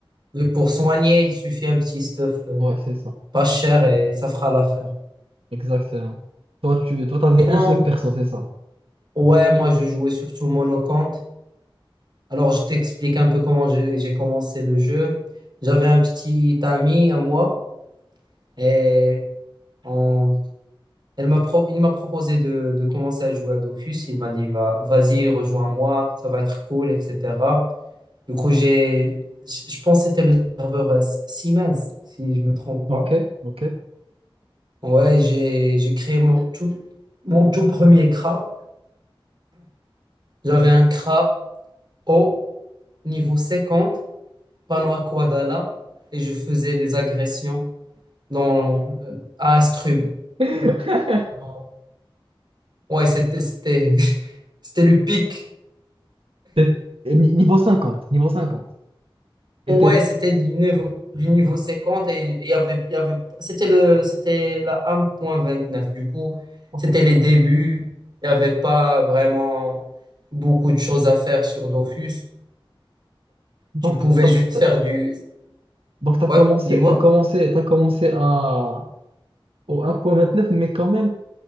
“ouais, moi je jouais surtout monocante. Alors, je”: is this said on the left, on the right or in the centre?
Right